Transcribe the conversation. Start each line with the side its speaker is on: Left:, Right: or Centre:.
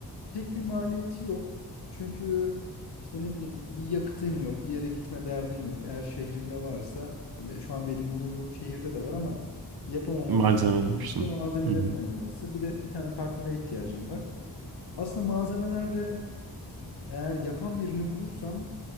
Left: pek bir maliyeti yok. Çünkü işte ne bileyim bir yakıtın yok, bir yere gitme derdin yok. Eğer şehrinde varsa, yani şu an benim bulunduğum şehirde de var ama yapamama
Right: Malzeme
Left: tek
Right: demiştin.
Left: sorun işte malzemelerin
Right: Hı hı.
Left: olmaması. Bir de bir tane partnere ihtiyacım var. Aslında malzemeler de Eğer yapan birini bulursan